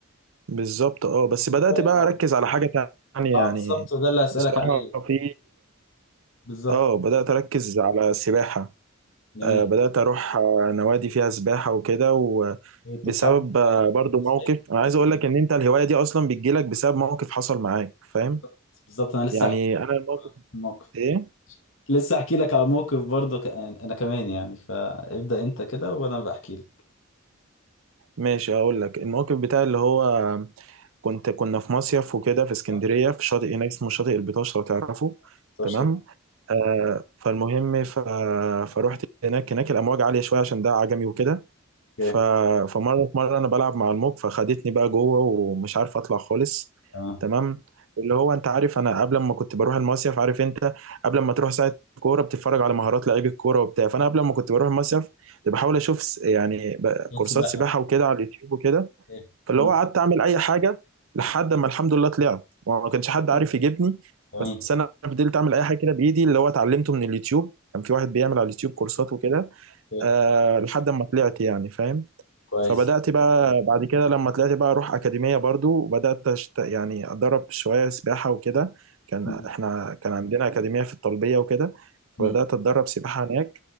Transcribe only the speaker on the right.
بالظبط اه بس بدأت
بقى
أركز على حاجة تانية
يعني
بصراحة
في
اه بدأت أركز على السباحة
آه، بدأت أروح آه، نوادي فيها سباحة وكده وبسبب
آه، برضو موقف
أنا عايز أقول لك إن أنت الهواية دي أصلا بتجيلك بسبب موقف حصل معاك فاهم
يعني
أنا الموقف
إيه
ماشي هقول لك الموقف بتاعي اللي هو كنت كنا في مصيف وكده في اسكندرية
في شاطئ هناك اسمه شاطئ البطاش لو تعرفه
تمام
آه فالمهم ف... فروحت هناك هناك الأمواج عالية شوية عشان ده عجمي وكده
ف... فمرة مرة أنا بلعب مع الموج فخدتني بقى جوه ومش عارف أطلع خالص
تمام اللي هو أنت عارف أنا قبل ما كنت بروح المصيف عارف أنت قبل ما تروح ساعة كورة بتتفرج على مهارات لعيب الكورة وبتاع فأنا قبل ما كنت بروح المصيف بحاول أشوف س- يعني ب- كورسات
سباحة وكده على اليوتيوب وكده
فاللي
هو قعدت اعمل اي حاجه لحد ما الحمد لله طلعت وما كانش حد
عارف يجيبني
بس انا فضلت اعمل اي حاجه كده بايدي اللي هو اتعلمته من اليوتيوب كان في واحد بيعمل على اليوتيوب كورسات وكده
أه لحد ما طلعت يعني فاهم
فبدأت بقى بعد كده لما طلعت بقى أروح أكاديمية برضو وبدأت أشت... يعني أتدرب شوية سباحة وكده كان
إحنا كان عندنا أكاديمية في الطلبية وكده
فبدأت أتدرب سباحة هناك